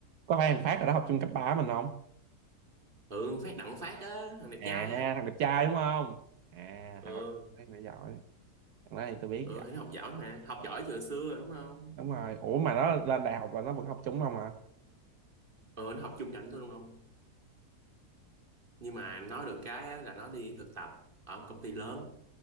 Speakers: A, on the right; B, on the right.
A: có phải thằng Phát ở đó học chung cấp ba mình không
B: ừ thằng Phát đặng Phát á thằng đẹp
A: à
B: trai á
A: thằng đẹp trai đúng không à
B: ừ
A: thằng đó thằng đó giỏi thằng đó thì tôi biết
B: ừ
A: giỏi
B: thì nó học giỏi mà học giỏi từ xưa rồi đúng không
A: đúng rồi ủa mà nó lên đại học là nó vẫn học chung không hả
B: Ờ, nó học chung ngành thôi luôn không? Nhưng mà nói được cái á, là nó đi thực tập ở công ty lớn.